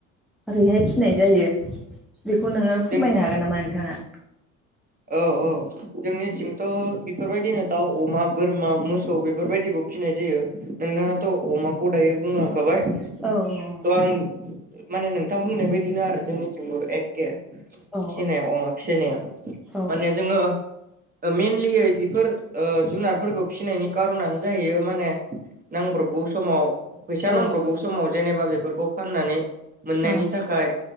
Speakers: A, in the centre; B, on the right.
A: ओरैहाय फिसिनाय जायो बेखौ नोङो फोरमायनो
B: जों
A: हागोन नामा नोंथाङा?
B: औ औ जोंनिथिंथ' बेफोरबायदिनो दाउ अमा बोरमा मोसौ बेफोरबायदिखौ फिसिनाय जायो नोंथाङाथ' अमाखौ दायो बुंलांखाबाय
A: औ
B: ।
A: औ औ।
B: थ' आं माने नोंथां बुंनाय बायदिनो आरो जोंनिथिंबो एखे फिसिनाया
A: औ
B: अमा फिसिनाया,
A: औ
B: माने जोङो मइेनलियै बेफोर जुनारफोरखौ फिसिनायनि कारनानो जाहैयो माने नांब्रबगौ समाव फैसा
A: औ
B: नांब्रबगौ समाव जेनेबा बेफोरखौ फाननानै मोननायनि
A: औ
B: थाखाय